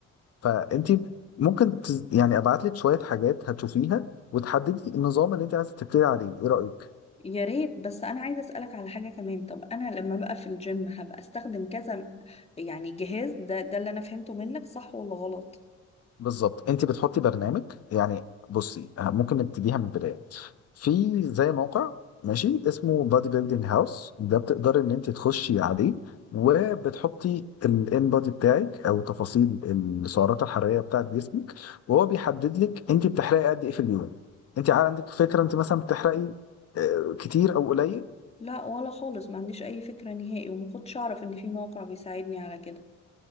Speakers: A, on the left; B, on the left.
A: فانت ممكن تز... يعني ابعت لك شوية حاجات هتشوفيها وتحددي النظام اللي انت عايزة تبتدي عليه ايه رأيك؟
B: يا ريت بس انا عايزه اسالك على حاجه كمان طب انا لما بقى في الجيم هبقى استخدم كذا يعني جهاز ده ده اللي انا فهمته منك صح ولا غلط
A: بالظبط انت بتحطي برنامج يعني بصي آه، ممكن نبتديها من البدايه في زي موقع ماشي اسمه بادي بيلدينج هاوس ده بتقدري ان انت تخشي عليه وبتحطي الان بادي بتاعك او تفاصيل السعرات الحراريه بتاعت جسمك وهو بيحدد لك انت بتحرقي قد ايه في اليوم انت عندك فكره انت مثلا بتحرقي آه، كتير او قليل
B: لا ولا خالص ما عنديش اي فكره نهائي وما كنتش اعرف ان في موقع بيساعدني على كده